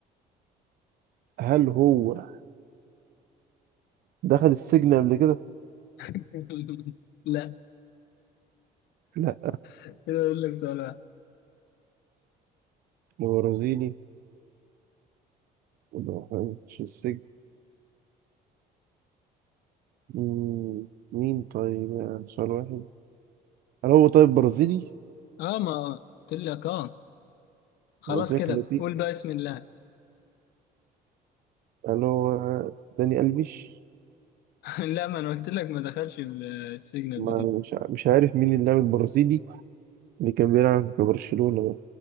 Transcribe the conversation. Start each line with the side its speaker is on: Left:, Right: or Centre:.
Right: هل هو دخل السجن قبل كده؟
Left: <laughs> لا
Right: لا
Left: كده فاضل لك سؤال واحد
Right: هو برازيلي ما دخلش السجن مم، مين طيب يعني سؤال واحد هل هو طيب برازيلي؟
Left: اه ما قلت لك اه خلاص
Right: أنا قلت لك
Left: كده
Right: لاتيني
Left: قول بقى اسم اللاعب
Right: هل هو داني ألفيش؟
Left: <laughs> لا ما انا قلت لك ما دخلش ال- السجن قبل
Right: ما
Left: كده
Right: مش ع- مش عارف مين اللاعب البرازيلي اللي كان بيلعب في برشلونة ده